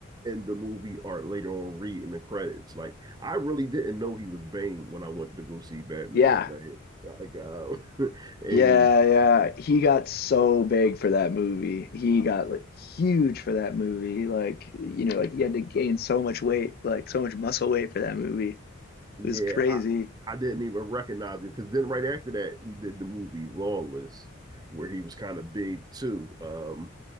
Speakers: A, on the right; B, on the left.
A: in the movie or later on read in the credits. Like I really didn't know he was Bane when I went to go see Batman.
B: Yeah.
A: Like I got <laughs> and
B: Yeah, yeah. He got so big for that movie. He got like huge for that movie. Like, you know, like he had to gain so much weight, like so much muscle weight for that movie. It
A: Yeah,
B: was crazy.
A: I, I didn't even recognize him because then right after that he did the movie Lawless, where he was kind of big too. Um,